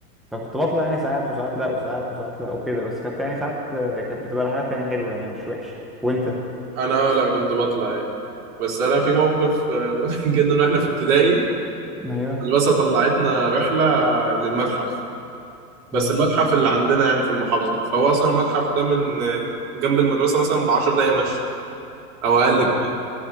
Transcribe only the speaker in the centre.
فكنت بطلع يعني ساعات وساعات لا وساعات وساعات لا وكده بس كانت يعني ساعات آه، كانت بتبقى رحلات يعني حلوة يعني مش وحشة وانت
ايوه
امم
طب
ايه